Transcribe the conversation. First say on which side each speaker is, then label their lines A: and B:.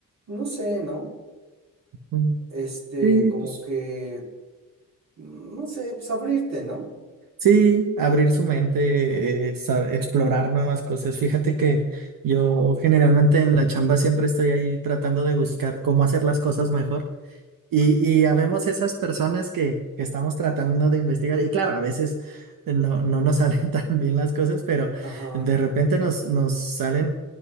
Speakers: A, on the right (about 55°); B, on the right (about 80°).
A: no sé, ¿no?
B: Mm,
A: Este,
B: Sí,
A: como
B: pues
A: que, no sé, pues abrirte, ¿no?
B: sí, abrir su mente, eh, sa- explorar nuevas cosas. Fíjate que yo generalmente en la chamba siempre estoy ahí tratando de buscar cómo hacer las cosas mejor. Y, y habemos esas personas que, que estamos tratando de investigar. Y claro, a veces no, no nos salen <laughs> tan bien las cosas, pero
A: Ajá,
B: de repente nos, nos salen